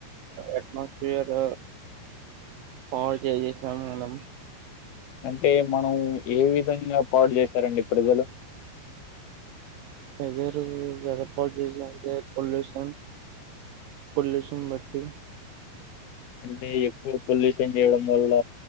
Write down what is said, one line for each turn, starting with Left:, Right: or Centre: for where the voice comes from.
Right: అట్మాస్ఫియర్ పవర్ చేేసాం మనం
Left: అంటే మనం ఏ విధంగా పాడు చేస్తారండి ప్రజలు
Right: ఎగరుదప చేసినే పొల్యూషన్ పొల్యూషన్ బట్టి
Left: అంటే ఎక్కువ పొల్యూషన్ చేయడం వల్ల